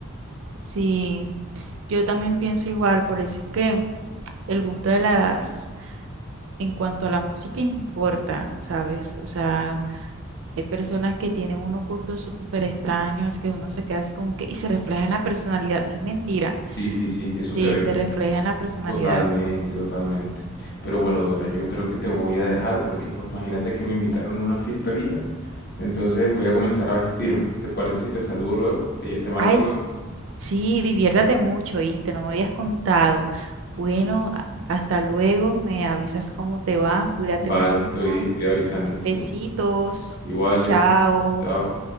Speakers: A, on the right; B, on the left.
A: Sí, yo también pienso igual, por eso es que el gusto de las, en cuanto a la música importa, ¿sabes? O sea, hay personas que tienen unos gustos súper extraños, que uno se queda así como que, y se refleja en la personalidad, no es mentira.
B: Sí, sí, sí, eso se
A: Sí,
B: ve.
A: se refleja en la personalidad.
B: Totalmente, totalmente. Pero bueno, Dora, yo creo que te voy a dejar porque pues imagínate que me invitaron a una fiesta ahorita, entonces voy a comenzar a vestirme. ¿Te parece si te saludo luego? ¿Te, te marco
A: Ay,
B: luego?
A: sí, diviértete mucho, ¿viste? No me habías contado. Bueno, a- hasta luego, me avisas cómo te va, cuídate
B: Vale,
A: mucho.
B: estoy, estoy avisándote, ¿sí?
A: Besitos,
B: iguales
A: chao.
B: chao.